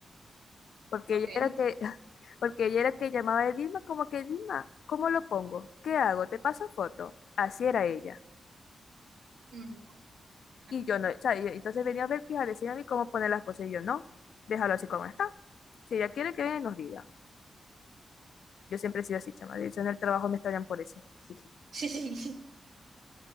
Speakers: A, on the left (about 85°); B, on the right (about 90°).
A: Porque
B: ok.
A: ella era que, <laughs> porque ella era que llamaba a Dima como que Dima, ¿cómo lo pongo? ¿Qué hago? ¿Te paso foto? Así era ella.
B: Mm. <laughs>
A: Y yo no, o sea, y- entonces venía a ver que a decirme a mí cómo poner las cosas y yo no, déjalo así como está. Si ella quiere que venga y nos diga. Yo siempre he sido así, chama. De hecho, en el trabajo me extrañan por eso. <laughs> Jiji.
B: Sí, sí, sí,